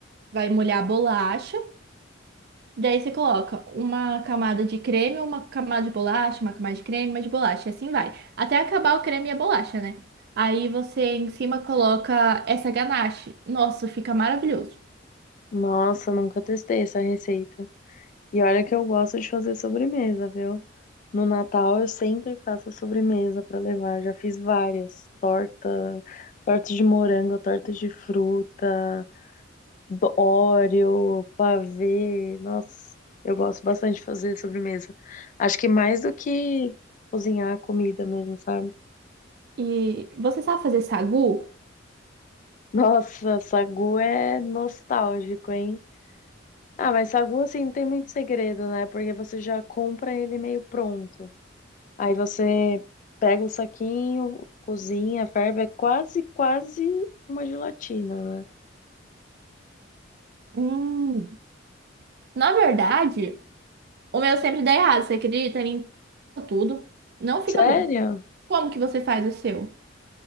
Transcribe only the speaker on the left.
Nossa, nunca testei essa receita. E olha que eu gosto de fazer sobremesa, viu? No Natal eu sempre faço sobremesa para levar. Já fiz várias, torta, torta de morango, torta de fruta, do- Oreo, pavê. Nossa, eu gosto bastante de fazer sobremesa. Acho que mais do que cozinhar a comida mesmo, sabe? <laughs>
Nossa, sagu é nostálgico, hein? Ah, mas sagu assim não tem muito segredo, né? Porque você já compra ele meio pronto. Aí você pega o saquinho, cozinha, ferve, é quase, quase uma gelatina, né?
Sério?